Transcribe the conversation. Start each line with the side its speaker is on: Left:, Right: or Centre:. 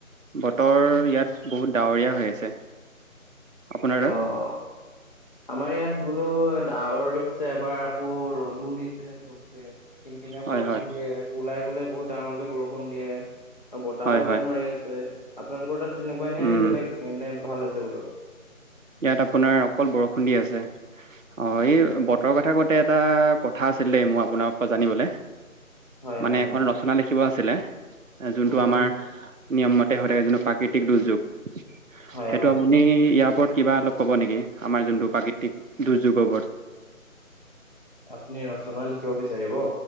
Right: বতৰ ইয়াত বহুত ডাৱৰীয়া হৈ আছে। আপোনাৰ তাত
Left: অ অ আমাৰ ইয়াত বোলো ডাৱৰ দে হৈছে। তে এবাৰ আকৌ ৰ'দো দিছে ঘোপোকে কিন কিনিয়া
Right: হয়
Left: বৰষুণ
Right: হয়
Left: দিয়ে। ওলাই গ'লে বহুত ডাঙৰকে বৰষুণ দিয়ে আৰু বতাহো
Right: হয়
Left: অলপ
Right: হয়
Left: মাৰি আছে। আপোনালোকৰ তাত তেনেকুৱাই নে
Right: উম
Left: বেলেগ কেনে ভাল আছে বোলো।
Right: ইয়াত আপোনাৰ অকল বৰষুণ দি আছে অ এই
Left: উম,
Right: বতৰৰ কথা ক'ত। তে এটা কথা আছিল দেই মোৰ আপোনাৰ পৰা জানিবলে
Left: হয়
Right: মানে
Left: হয় হয়
Right: এখন ৰচনা লিখা। শিকিব আছিলে যোনটো
Left: উম
Right: আমাৰ
Left: উম
Right: নিয়ম মতে হৈ থাকে যোনটো প্ৰাকৃতিক দুৰ্যোগ।
Left: হয়
Right: সেইটো
Left: হয়
Right: আপুনি ইয়াৰ ওপৰত কিবা অলপ ক'ব নেকি আমাৰ যোনটো প্ৰাকৃতিক দুৰ্যোগৰ ওপৰত।
Left: আপুনি ৰচনা লিখিব বিচাৰিব।